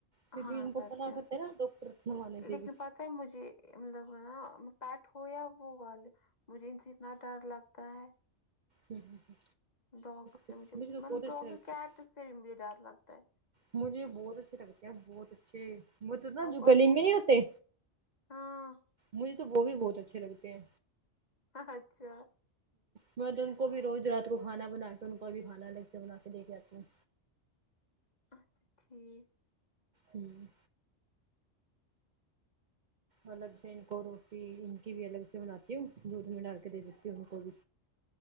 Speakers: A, on the right (about 50°); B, on the left (about 40°).
A: کیونکہ
B: ہاں
A: ان کو
B: سردیوں
A: پتہ کرتے ہے نا ڈاکٹرنوانے سے
B: لیکن
A: بھی
B: پتہ مجھے مطلب پاٹ ہو یا وہ والے مجھے ان سے اتنا ڈر لگتا ہے
A: ہوں ہوں ہوں
B: ڈاگ سے
A: تو
B: مجھے
A: تو
B: مطلب
A: بہت اچھے
B: ڈاگ
A: لگتے
B: سے کیٹ
A: ہیں
B: سے بھی مجھے ڈر لگتا ہے
A: مجھے بہت اچھے لگتے ہیں بہت اچھے وہ تو نا
B: آپ
A: جو
B: کو اچھ-
A: گلی میں نہیں ہوتے
B: ہاں
A: مجھے تو وہ بھی بہت اچھے لگتے ہیں
B: ہا اچھا
A: میں تو ان کو بھی روز رات کو کھانا بنا کے ان کو بھی کھانا الگ سے بنا کے دے کے آتی ہوں
B: اچھا ٹھیک
A: ہوں الگ سے ان کو روٹی ان کی بھی الگ سے بناتی ہوں دودھ میں ڈال کے دے دیتی ہوں ان کو بھی